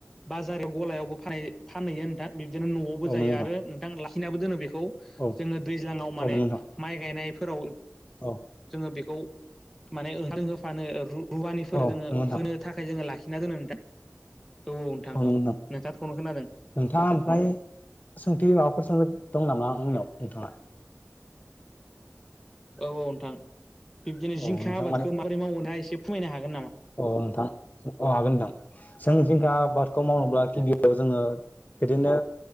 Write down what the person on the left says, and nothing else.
आरोना
औ
नोंथां
औ
औ
नंगौ नोंथां
अ
नोंथाङा
ओमफ्राय सोंथि माब फोर सोंनो दं नामा आंनाव नोंथाङा।
औ
नोंथां
अ नोंथां अ हागोन नोंथां जों जिंखा आबादखौ मावनोब्ला गिबियाव
जोङो बिदिनो